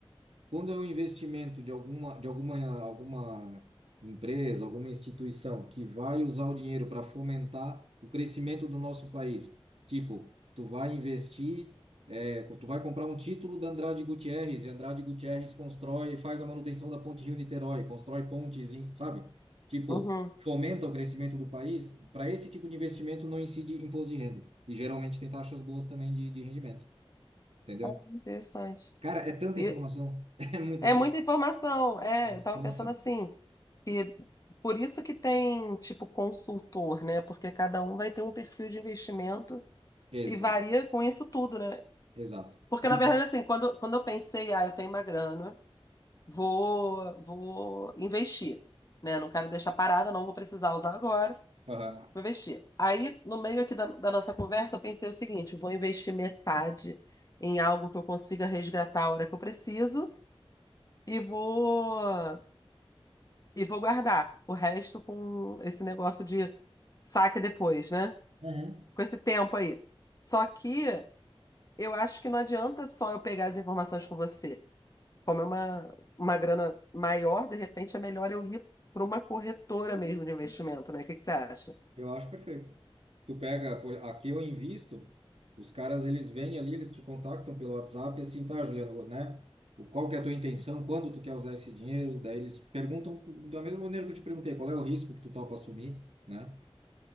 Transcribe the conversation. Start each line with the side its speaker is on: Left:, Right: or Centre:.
Right: Quando é um investimento de alguma, de alguma, alguma empresa, alguma instituição que vai usar o dinheiro para fomentar o crescimento do nosso país, tipo, tu vai investir, é, tu vai comprar um título da Andrade Gutierrez, e Andrade Gutierrez constrói, faz a manutenção da ponte Rio-Niterói, constrói pontes, em- sabe? Tipo,
Left: Uhum.
Right: fomenta o crescimento do país. Para esse tipo de investimento não incide imposto de renda. E geralmente tem taxas boas também de, de rendimento, entendeu?
Left: Ah, interessante.
Right: Cara, é tanta
Left: E
Right: informação, <laughs> é muita
Left: é
Right: coisa.
Left: muita informação. É,
Right: É muita
Left: eu estava
Right: informação
Left: pensando assim, que por isso que tem tipo consultor, né? Porque cada um vai ter um perfil de investimento
Right: Exato,
Left: e varia com isso tudo, né?
Right: exato.
Left: Porque
Right: E,
Left: na verdade assim, quando, quando eu pensei, ah, eu tenho uma grana, vou vou investir, né? Não quero deixar parada, não vou precisar usar agora,
Right: aham.
Left: vou investir. Aí no meio aqui da, da nossa conversa, eu pensei o seguinte, vou investir metade em algo que eu consiga resgatar a hora que eu preciso e vou e vou guardar o resto com esse negócio de saque depois, né?
Right: Aham.
Left: Com esse tempo aí. Só que eu acho que não adianta só eu pegar as informações com você. Como é uma, uma grana maior, de repente é melhor eu ir para uma corretora mesmo de investimento, né? O que que você acha?
Right: Eu acho perfeito. Tu pega, por- aqui eu invisto, os caras eles vêm ali, eles te contactam pelo WhatsApp, e assim, tá, Juliano, né? O, qual que é a tua intenção, quando tu quer usar esse dinheiro? Daí eles perguntam, da mesma maneira que eu te perguntei, qual é o risco que tu topa assumir, né?